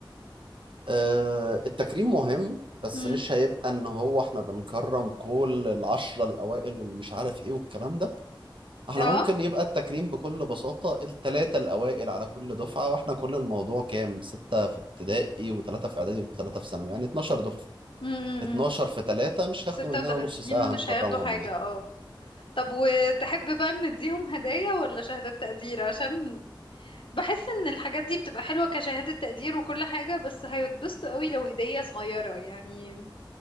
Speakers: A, on the right; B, on the left.
A: أه التكريم مهم بس
B: امم
A: مش هيبقى ان هو احنا بنكرم كل العشرة الاوائل واللي مش عارف ايه والكلام ده احنا
B: اه
A: ممكن يبقى التكريم بكل بساطة التلاتة الأوائل على كل دفعة واحنا كل الموضوع كام؟ ستة في ابتدائي وتلاتة في إعدادي وتلاتة في ثانوي يعني 12 دفعة
B: امم
A: 12 في تلاتة مش
B: ستة
A: هياخدوا مننا
B: وتلاتين
A: نص ساعة
B: مش
A: هنكرمهم
B: هياخدوا حاجة
A: يعني
B: اه طب وتحب بقى نديهم هدايا ولا شهادات تقدير عشان بحس ان الحاجات دي بتبقى حلوة كشهادة تقدير وكل حاجة بس هيتبسطوا قوي لو هدية صغيرة يعني